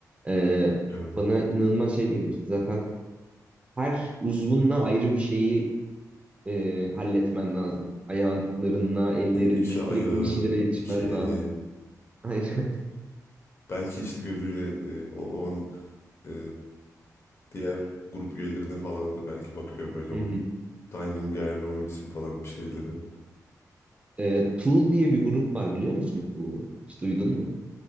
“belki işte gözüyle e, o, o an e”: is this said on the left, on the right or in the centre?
Left